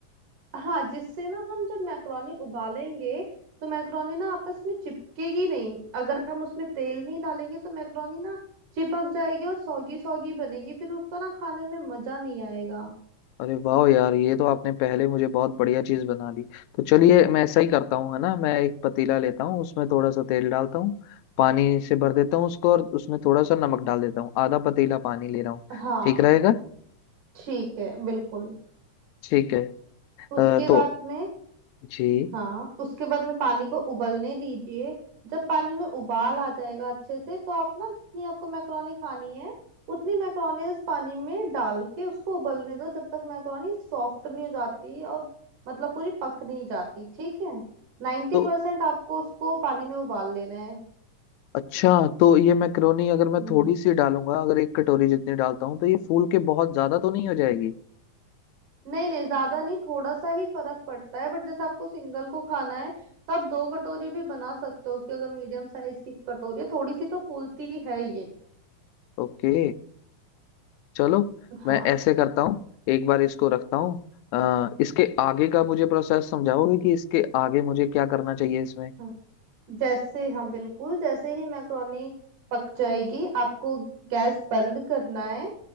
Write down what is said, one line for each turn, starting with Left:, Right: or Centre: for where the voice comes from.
Right: हाँ जिससे ना हम जब मैक्रोनी उबालेंगे तो मैक्रोनी ना आपस में चिपकेगी नहीं अगर हम उसमें तेल नहीं डालेंगे तो मैक्रोनी ना चिपक जाएगी और सौगी सौगी बनेगी फिर उसका ना खाने में मजा नहीं आएगा
Left: अरे वाह यार ये तो आपने पहले मुझे बहुत बढ़िया चीज बना दी तो चलिए मैं ऐसा ही करता हूँ है ना मैं एक पतीला लेता हूँ उसमें थोड़ा सा तेल डालता हूँ पानी से भर देता हूँ उसको और उसमें थोड़ा सा नमक डाल देता हूँ आधा पतीला पानी ले रहा हूँ
Right: हाँ
Left: ठीक रहेगा
Right: ठीक है बिल्कुल
Left: ठीक है अ,
Right: उसके
Left: तो
Right: बाद में
Left: जी
Right: हाँ उसके बाद में पानी को उबलने दीजिए जब पानी में उबाल आ जाएगा अच्छे से तो आप ना जितनी आपको मैक्रोनी खानी है उतनी मैक्रोनी उस पानी में डाल के उसको उबलने दो जब तक मैक्रोनी सॉफ्ट नहीं हो जाती और मतलब पूरी पक नहीं जाती ठीक है नाइन्टी
Left: तो
Right: परसेंट आपको उसको पानी में उबाल लेना है
Left: अच्छा तो ये मैक्रोनी अगर मैं
Right: हम्म
Left: थोड़ी सी डालूंगा अगर एक कटोरी जितनी डालता हूँ तो ये फूल के बहुत ज्यादा तो नहीं हो जाएगी
Right: नहीं नहीं ज्यादा नहीं थोड़ा सा ही फर्क पड़ता है बट जैसे आपको सिंगल को खाना है तो आप दो कटोरी भी बना सकते हो कि अगर मीडियम साइज की कटोरी है थोड़ी सी तो फूलती ही है ये
Left: ओके चलो
Right: हाँ
Left: मैं ऐसे करता हूँ एक बार इसको रखता हूँ अ, इसके आगे का मुझे प्रोसेस समझाओगे कि इसके आगे मुझे क्या करना चाहिए इसमें
Right: हाँ। जैसे हाँ बिल्कुल जैसे ही मैक्रोनी पक जाएगी आपको गैस बंद करना है